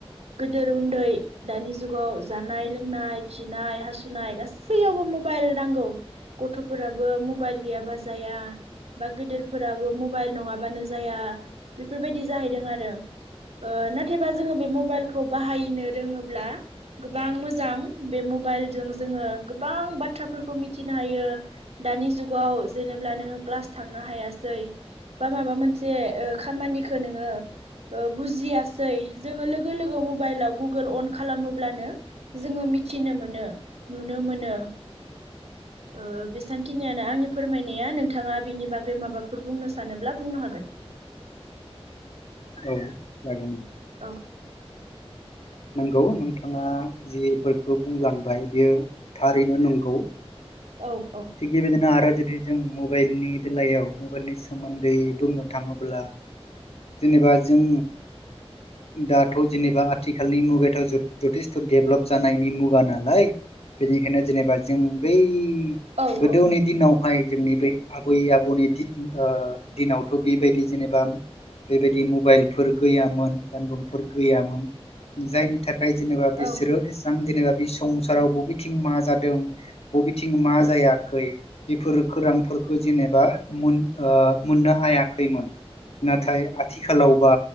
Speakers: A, on the right; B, on the left.
A: गोदोर उन्दै दानि जुगाव जानाय लोंनाय खिनाय हासुनाय गासैयावबो म मबाइल नांगौ गथ'फोराबो मबाइल गैयाबा जाया। बा गेदेरफोराबो मबाइल नङाबानो जाया बेफोरबायदि जाहैदों आरो। ओ नाथायबा जोङो बे मबाइलखौ बाहायनो रोङोब्ला। गोबां मोजां बे मबाइलजों जोङो गोबां बाथ्राफोरखौ मिथिनो हायो। दानि जुगाव जेनेब्ला‌ नोङो क्लास थांनो हायासै। बा माबा मोनसे ओ खामानिखौ नोङो। ओ बुजियासै जोङो लोगो लोगो मबाइलाव गुगोल अन खालामोब्लानो जोङो मि मिथिनो मोनो नुनो मोनो। ओ बेसेबांखिनियानो आंनि फोरमायनाया नोंथाङा बेनि बागै माबाफोर बुंनो सानोब्ला बुंनो हागोन। <inaudible>
B: औ जागोन।
A: औ औ
B: नोंगौ नोंथाङा जि फोर खो बुंलांबाय बियो थारैनो नंगौ।
A: औ औ
B: थिग बेबायदिनो आरो जुदि जों मबाइलनि बेलायाव। मबाइलनि सोमोन्दै बुंनो थाङोब्ला जेनेबा जों। दाथ' जेनेबा आथिखालनि मुगाथ' जथेस्थ' दडेभलप जानायनि मुगा नालाय। बेनिखायनो जेनेबा जों बै
A: औ
B: गोदोनि
A: औ
B: दिनावहाय। जोंनि बे आबै आबौनि दि ओ दिनावथ' बेबायदि जेनेबा। बेबायदि मबाइलफोर गैयामोन जानबुंफोर गैयामोन जायनि। थाखाय जेनेबा बिसोरो
A: औ
B: एसां। जेनेबा बे संसाराव बबेथिं मा जादों बबेथिं मा जायाखै बेफोर खो। रांफोरखौ जेनेबा मोन ओ मोननो हायाखैमोन नाथाय। आथिखालाव बा